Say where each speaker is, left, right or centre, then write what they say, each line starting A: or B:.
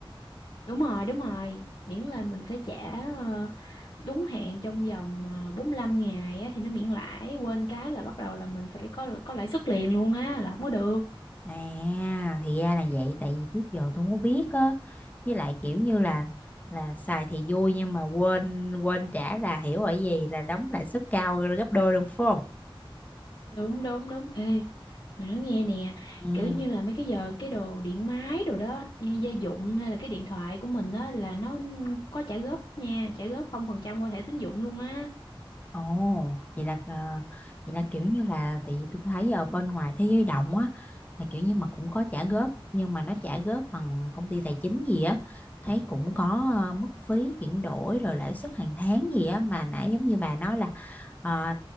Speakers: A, on the left; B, on the left.
A: đúng rồi đúng rồi miễn là mình phải trả ờ, đúng hạn trong vòng ờ, bốn lăm ngày á, thì nó miễn lãi quên cái là bắt đầu là mình phải có có lãi suất liền luôn á là không có được
B: À, thì ra là vậy, tại vì trước giờ tôi không có biết á. Với lại kiểu như là là xài thì vui nhưng mà quên quên trả là hiểu ở gì là đóng lãi suất cao gấp đôi luôn phải không?
A: đúng đúng đúng ê Mày nói nghe nè,
B: Ừ.
A: kiểu như là mấy cái giờ cái đồ điện máy đồ đó, như gia dụng hay là cái điện thoại của mình đó là nó có trả góp hết nha, trả góp không phần trăm qua thẻ tín dụng luôn á.
B: Ồ, vậy là ờ, vậy là kiểu như là tại vì tôi thấy ở bên ngoài thế giới động á là kiểu như mà cũng có trả góp nhưng mà nó trả góp bằng công ty tài chính gì á thấy cũng có ờ, mức phí chuyển đổi rồi lãi suất hàng tháng gì á mà nãy giống như bà nói là ờ,